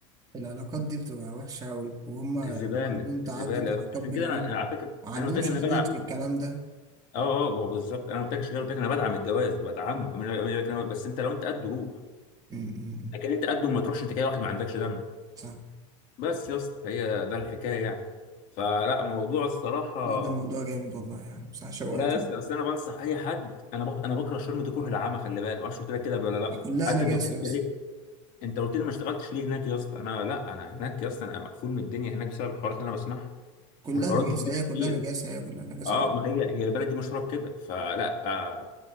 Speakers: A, on the right; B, on the left.
A: العلاقات دي بتبقى وحشة أوي وهم يعني
B: الزباله
A: عندهم تعدد
B: الزباله
A: علاقات
B: عشان
A: غريبة
B: كده انا أنا على فكره
A: ما عندهمش
B: انا قلت لك ان
A: حدود
B: انا بدعم
A: في الكلام ده
B: اه اه ما هو بالظبط انا قلت لك عشان كده قلت لك انا بدعم الجواز بدعمه ومن- ومن- بس انت لو انت قد روح
A: م- م- م.
B: لكن انت قد ما تروحش انت كده واحد ما عندكش دم
A: صح
B: بس يا اسطى هي ده الحكايه يعني فلا موضوع الصراحه
A: لا ده موضوع جامد والله يعني صح شوقتني
B: لا يا اسطى بس انا بنصح اي حد انا بك... انا بكره شرم دي كره العامه خلي بالك ما اعرفش قلت لك كده قبل ولا لا
A: كلها
B: حتى
A: نجاسة
B: انت قلت لي
A: يا اسطى
B: كده ليه انت قلت لي ما اشتغلتش ليه هناك يا اسطى انا لا انا هناك يا اسطى انا مقفول من الدنيا هناك بسبب الحوارات اللي انا بسمعها
A: كلها
B: والحوارات
A: نجاسة
B: دي فيها
A: هي كلها
B: كتير
A: نجاسة هي كلها نجاسة
B: اه
A: والله
B: ما هي هي البلد دي مشهوره بكده فلا آه